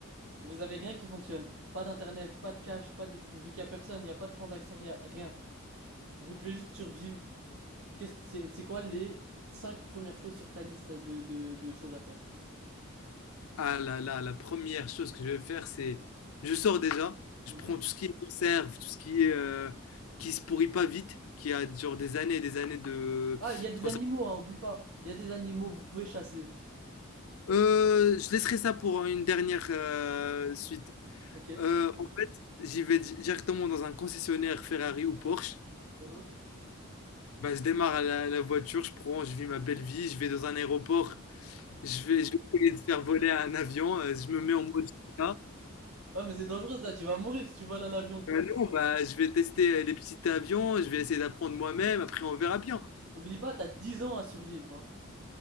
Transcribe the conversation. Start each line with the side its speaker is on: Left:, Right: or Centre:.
Right: vous avez rien qui fonctionne. Pas d'internet, pas de cash, pas de vu qu'il y a personne, il n'y a pas de transaction, il y a rien. Vous devez juste survivre. Qu'est-ce c'est c'est quoi les cinq premières choses sur ta liste de de, de choses à faire?
Left: Ah là là, la première chose que je vais faire, c'est je sors déjà, je
Right: Mhm.
Left: prends tout ce qui est conserve, tout ce qui est euh, qui se pourrit pas vite, qui a genre des années et des années de,
Right: Ah, il y a des
Left: de conserve.
Right: animaux, hein, oublie pas. Il y a des animaux, vous pouvez chasser.
Left: Euh, je laisserai ça pour une dernière euh, suite.
Right: Ok.
Left: Euh, en fait, j'y vais di- directement dans un concessionnaire Ferrari ou Porsche.
Right: Mhm.
Left: Bah, je démarre la, la voiture, je prends, je vis ma belle vie, je vais dans un aéroport, je vais, je vais essayer de faire voler un avion, euh, je me mets en mode GTA.
Right: Ah mais c'est dangereux ça, tu vas mourir si tu voles un avion.
Left: Euh, non, bah, je vais tester euh, les petits avions, je vais essayer d'apprendre moi-même, après on verra bien.
Right: N'oublie pas, t'as 10 ans à survivre, hein.